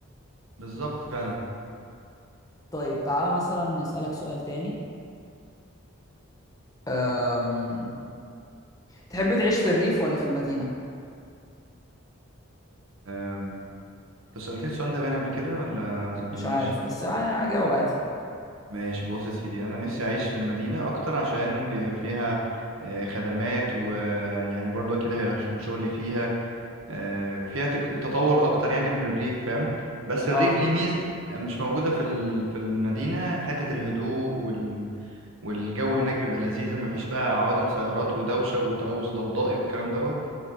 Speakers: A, on the right; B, on the left.
A: بالظبط فعلا
B: طيب تعالى مثلا نسألك سؤال تاني أم... تحب تعيش في الريف ولا في المدينة
A: أم، انت سألتني السؤال ده باين قبل كده ولا ما سألتونيش
B: مش عارف بس يعني هجاوب عادي
A: ماشي بص يا سيدي انا نفسي اعيش في المدينة اكتر عشان بيبقى فيها آه، خدمات ويعني برضه كده عشان شغلي فيها آه، وفيها تك... تطور اكتر يعني من الريف فاهم بس الريف
B: اه
A: ليه ميزه آه، مش موجوده في ال... في المدينه حته الهدوء وال... والجو هناك بيبقى لذيذ مفيش بقى عوادم سيارات ودوشه وتلوث ضوضائي والكلام دوت